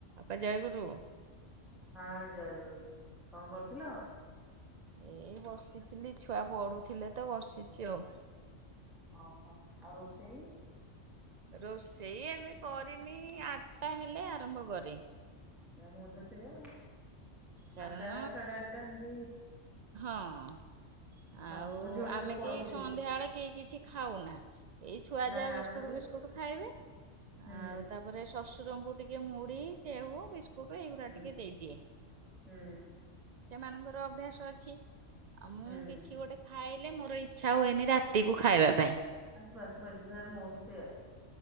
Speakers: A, on the right; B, in the centre.
A: ଅପା ଜୟଗୁରୁ।
B: ହଁ ଜୟଗୁରୁ କଣ କରୁଥିଲ?
A: ଏ ବସିଥିଲି ଛୁଆ ପଢୁଥିଲେ ତ ବସିଛି ଆଉ।
B: ଓହୋ ଆଉ ରୋଷେଇ।
A: ରୋଷେଇ ଏବେ କରିନି ଆଠଟା ହେଲେ ଆରମ୍ଭ କରେ।
B: ଆମ ତ ସେଇଆ
A: କାରଣ
B: ଆଟା ସାଢ଼େ ଆଠଟା ଏମିତି
A: ହଁ
B: ହଁ
A: ଆଉ
B: ମୋ ଝିଅ ଟା
A: ଆମେ
B: ବି ପଢଉଥିଲି
A: କେହି ସନ୍ଧ୍ୟାବେଳେ କେହି କିଛି ଖାଉନା। ଏଇ ଛୁଆ
B: ନାଇଁ
A: ଯାହା
B: ଆମେ
A: ବିସ୍କୁଟ
B: ତ ସେଇଆ
A: ବିସ୍କୁଟ ଖାଇବେ
B: ହୁଁ
A: ଆଉ ତାପରେ ଶଶୁ ଶଶୁର ଟିକେ ମୁଢି ସେଓ ବିସ୍କୁଟ ଏଇଗୁଡା
B: ହୁଁ
A: ଟିକେ ଦେଇଦିଏ।
B: ହୁଁ
A: ସେମାନଙ୍କର ଅଭ୍ୟାସ ଅଛି ଆଉ ମୁଁ
B: ହୁଁ
A: କିଛି ଗୋଟେ ଖାଇଲେ ମୋର ଇଛା ହୁଏନି ରାତିକୁ। ଖାଇବା ପାଇଁ।
B: ଭସ୍ମ ଏକ୍ଜାଟ ମୋଭିିଛି <inaudible>